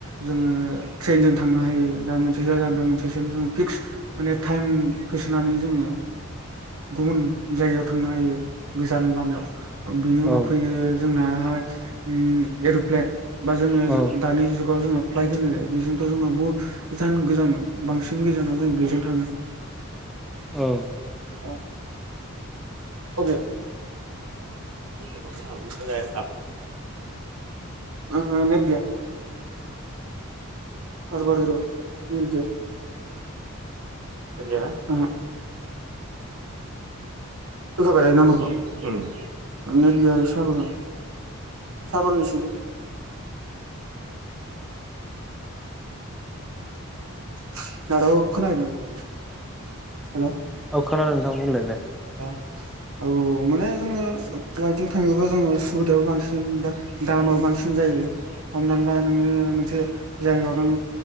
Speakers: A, on the right (about 80°); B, in the centre.
A: जोङो ट्रेनजों थांनो हायो दा मोनसे जायगानिफ्राय मोनसेसिम जोङो फिक्स माने टाइम होसोनानै जोङो गुबुन जायगायाव थांनो हायो गोजान लामायाव‌ ओ बेनि उनाव
B: औ
A: फैयो जोंनाहाय उम एर'प्लेन बा जोङो
B: औ
A: जो दानि जुगाव जोङो फ्लाइट होनो बेजोंथ' जोङो बुहुत गोजान गोजान बांसिन गोजानाव जों बेजों थाङो
B: औ
A: अ अ अबे <unintelligible> ओ हो नेट गैया। सारभार इर'र‌ नेट गैया। <unintelligible> होखाबाय थायो नाम्बारखौ उम--नेट गैया सारभारा सारभारनिसो <unintelligible> हेल'
B: औ खोनादों नोंथां बुंलाय दे।
A: <unintelligible> औ माने जोङो प्लाइटजों थाङोबा जोङो सुबिदायाबो बांसिन बा दामाबो बांसिन जायो। हमना ला नोङो मोनसे जायगायाव नों